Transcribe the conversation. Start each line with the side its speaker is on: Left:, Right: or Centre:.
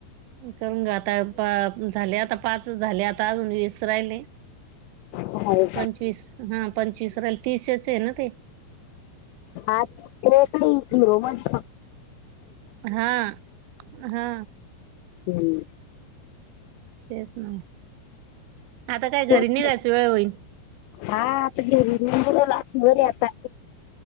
Right: करून ग आता झाले आता पाच झाले आता अजून वीस राहिले
Left: हो
Right: पंचवीस हा पंचवीस राल तीसच आहे ना ते
Left: आठ, थ्री, झिरो, वन
Right: हा हा
Left: हम्म
Right: तेच ना आता काय
Left: सोपे
Right: घरी निघायची वेळ होईल
Left: हा आता बर आता